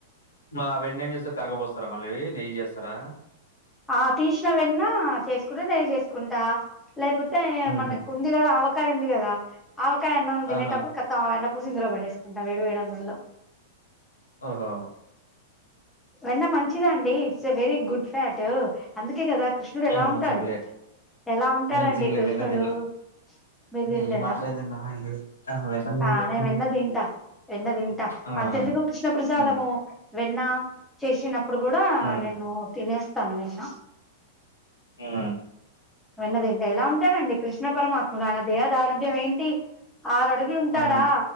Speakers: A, on the left (about 75°); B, in the centre.
A: మరి అవన్నీ ఏం చేస్తరు కరగపోస్తరా మళ్ళీ నెయ్యి చేస్తారా
B: ఆ తీసిన వెన్న చేసుకుంటె నెయ్యి చేసుకుంటా లేకపోతే
A: హుహు.
B: మనకు ఉంది కదా ఆవకాయ ఉంది కదా ఆవకాయ అన్నం తినేటప్పుడు
A: ఆహా!
B: కత్తం ఆ వెన్న పూసి ఇందులో పడేసుకుంటా వేడి వేడి అన్నంలో
A: ఓహో
B: వెన్న మంచిదండి it's a very good fat అందుకే కదా కృష్ణుడు ఎలా
A: ఏమో
B: ఉంటాడు
A: తినలే.
B: ఎలా ఉంటాడండి
A: నేను తినలే.
B: కృష్ణుడు
A: వెన్న తినలే.
B: మీరు
A: నెయ్యి
B: తినలేదా
A: మాత్రమే తిన్నానండి వెన్న తినలేదు
B: ఆ నేను వెన్న తింటా వెన్న తింటా
A: ఆ
B: అంతెందుకు కృష్ణ ప్రసాదమ
A: హ్మ్.
B: వెన్న చేసినప్పుడు కూడా
A: హ్మ్.
B: నేను తినేస్తాను వెన్న
A: హ్మ్.
B: వెన్న తింటే ఎలా ఉంటాడండి కృష్ణ పరమాత్ముడు ఆయన దేహ ధారుడ్యం ఏంటి ఆరు అడుగులు ఉంటాడా
A: ఆ!